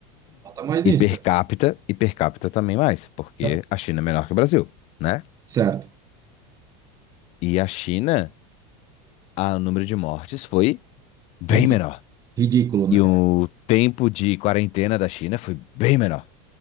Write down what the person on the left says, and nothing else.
E
per
capita, e per capita também mais, porque
a China é menor que o Brasil, né?
E a China, a- o número de mortes foi bem
menor.
E o tempo de quarentena da China foi bem menor.